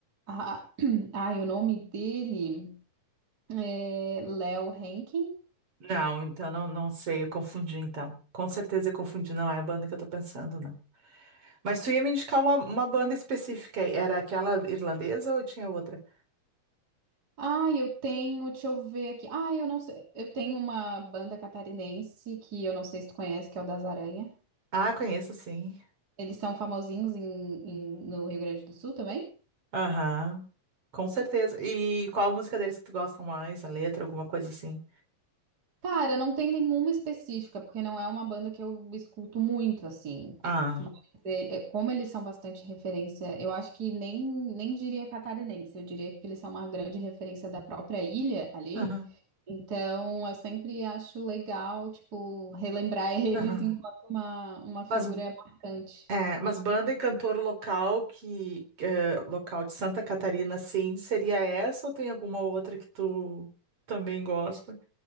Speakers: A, on the right; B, on the right.
A: Ah, <clears throat> ai, o nome dele é Léo Henkin.
B: Não, então não, não sei, eu confundi então. Com certeza eu confundi, não é a banda que eu tô pensando, não. Mas tu ia me indicar uma, uma banda específica aí. Era aquela irlandesa ou tinha outra?
A: Ah, eu tenho, deixa eu ver aqui. Ah, eu não sei. Eu tenho uma banda catarinense que eu não sei se tu conhece, que é o Das Aranha.
B: Ah, conheço sim.
A: Eles são famosinhos em, em- no Rio Grande do Sul também?
B: Aham, com certeza. E qual a música deles que tu gosta mais? A letra, alguma coisa assim?
A: Cara, não tem nenhuma específica, porque não é uma banda que eu escuto muito, assim.
B: Ah,
A: Mas é, é, como eles são bastante referência, eu acho que nem, nem diria catarinense, eu diria que eles são uma grande referência da própria ilha ali.
B: aham,
A: Então, eu sempre acho legal, tipo, relembrar <laughs> eles
B: aham.
A: enquanto uma, uma
B: Mas,
A: figura marcante.
B: é, mas banda e cantor local que, é, local de Santa Catarina, sim, seria essa ou tem alguma outra que tu também gosta?